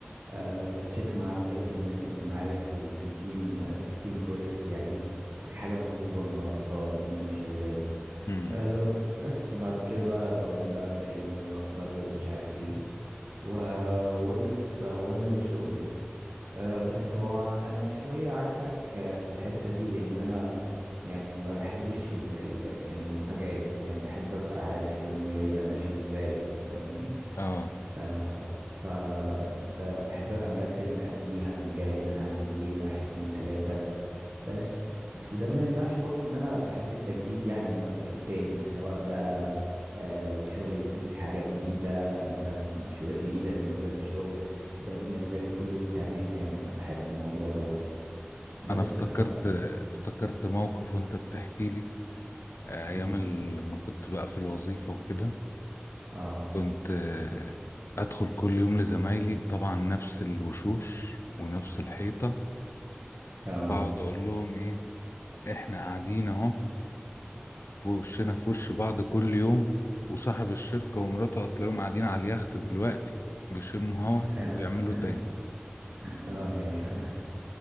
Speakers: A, on the right; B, on the left.
A: أه بتشيك مع بقية الناس اللي معايا في ال في التيم آه، في التيم بروجكت يعني لو في حاجة مطلوبة النهاردة الدنيا ماشية ازاي
B: امم
A: أه بس بعد كده بقى بقوم بقى أبدأ يومي أفطر ومش عارف ايه و- والبس آه، وانزل الشغل يعني أه، بس هو انا شوية عكسك أه، في الحتة دي لان انا يعني ما بحبش ال ال يعني المفاجآت يعني بحب ابقى عارف يومي هيبقى ماشي ازاي فاهمني
B: اه
A: أه ف ب- بحب ابقى مرتب من قبليها مجهز انا هعمل ايه واحد اتنين تلاتة بس بس ده ما يمنعش برضو ان انا بحب التجديد يعني من وقت للتاني سواء بقى آه، لو الشغل يكون في حاجة جديدة مثلا مشاوير جديدة بالنسبة للشغل ده بالنسبة لي كله تمام يعني انا بحب الموضوع ده برضو بس
B: انا افتكرت
A: ف
B: افتكرت موقف وانت بتحكي لي ايام
A: مم.
B: لما كنت بقى في الوظيفة وكده
A: اه
B: كنت آه، ادخل كل يوم لزمايلي طبعا نفس الوشوش ونفس الحيطه
A: اه
B: اقعد اقول لهم ايه احنا قاعدين اهو في وشنا في وش بعض كل يوم وصاحب الشركه ومراته هتلاقيهم قاعدين على اليخت دلوقتي بيشموا هوا
A: <laughs>
B: وبيعملوا تاني
A: اه ايوه